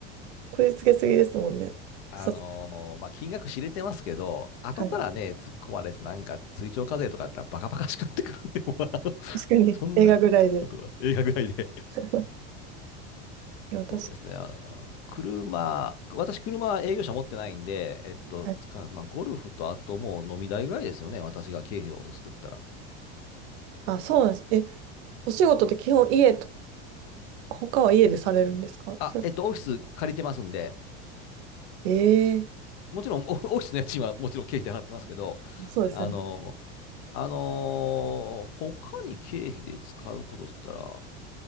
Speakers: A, on the right (about 80°); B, on the left (about 70°).
A: こじつけすぎですもんね。
B: あのーまあ、
A: さす
B: 金額知れてますけど、後からね、
A: はい。
B: 突っ込まれて、なんか追徴課税とかやったらバカバカしくなってくるんで、もうあの
A: 確かに映画ぐらいで。
B: <laughs> そんなことは映画ぐらいで。
A: <laughs> いや、確かに。
B: そうですね、あの車、私、車は営業車持ってないんで、えっと、
A: はい
B: つかまあ、ゴルフとあともう飲み代ぐらいですよね、私が経費を落とすと言ったら。
A: あ、そうなんです。え、お仕事って基本家と、他は家でされるんですかそれ
B: あ、えっと、オフィス借りてますんで、
A: あ、ええ
B: もちろんオオフィスの家賃はもちろん経費で払ってますけど、
A: そうですよね。
B: あのーあのー他に経費で使うことって言ったら、